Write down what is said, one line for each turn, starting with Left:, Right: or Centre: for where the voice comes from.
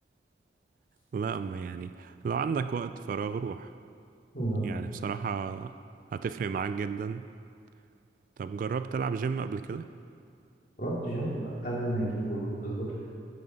Right: لا أما يعني لو عندك وقت فراغ روح
Left: أمم.
Right: يعني بصراحة هتفرق معاك جدا طب جربت تلعب جيم قبل كده؟
Left: رحت جيم قبل ما يجيلي غضروف بالظبط